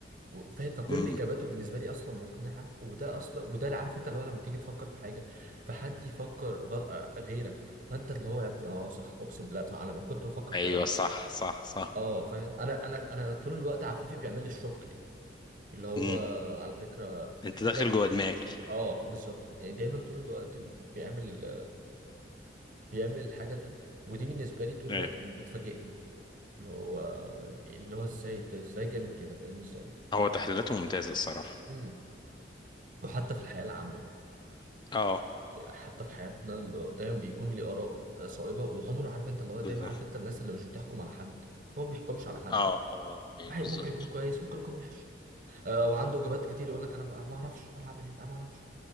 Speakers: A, on the right; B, on the left.
A: وفاهم فكل
B: امم
A: اجاباته بالنسبه لي اصلا مقنعه وده اصلا وده اللي عارف انت اللي هو لما تيجي تفكر في حاجه فحد يفكر غ... آه، غيرك فانت اللي هو يا ابني اه صح اقسم بالله صح انا ما كنت بفكر
B: ايوه
A: كده على
B: صح
A: فكره يعني
B: صح صح
A: اه فاهم انا انا انا طول الوقت عفيفي بيعمل لي الشوك دي اللي هو
B: امم
A: على فكره في
B: انت
A: حاجه
B: داخل جوه دماغي
A: اه بالظبط يعني دايما طول الوقت بيعمل بيعمل الحاجه دي ودي بالنسبه لي طول
B: ايوه
A: الوقت بتفاجئني اللي هو اللي هو ازاي انت ازاي جامد كده فاهم ازاي
B: هو تحليلاته ممتازة الصراحة
A: مم. وحتى في الحياه العامه
B: اه
A: حتى في حياتنا اللي دايما بيكون لي آراء صائبة وعمره عارف انت اللي
B: بالظبط
A: هو دايما عارف انت الناس اللي مش بتحكم على حد هو ما بيحكمش على حد
B: اه اه ايوه
A: واحد
B: بالظبط
A: ممكن يكون كويس ممكن يكون وحش آه وعنده إجابات كتير يقول لك انا ما ما اعرفش انا هعمل ايه انا ما اعرفش